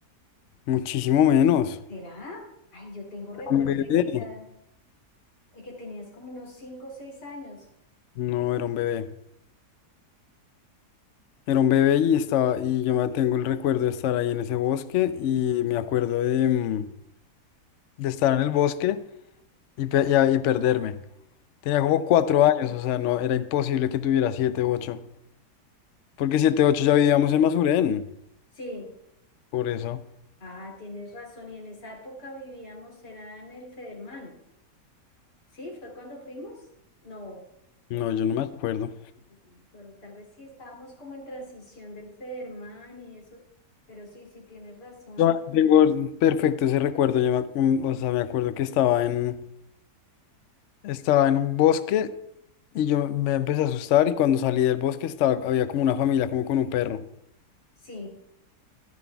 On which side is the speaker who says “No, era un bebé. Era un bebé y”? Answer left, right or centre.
Left